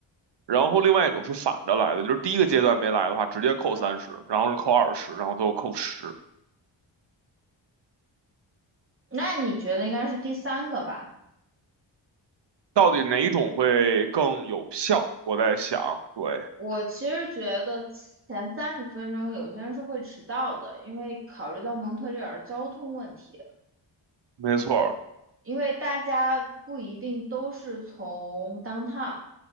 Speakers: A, on the right; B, on the right.
A: 然后另外一种是反着来的，就是第一个阶段没来的话，直接扣三十，然后是扣二十，然后最后扣十。
B: 那你觉得应该是第三个吧？
A: 到底哪一种会更有效？我在想，对，
B: 我其实觉得前三十分钟有些人是会迟到的，因为考虑到蒙特利尔交通问题。
A: 没错儿，
B: 因为大家不一定都是从 downtown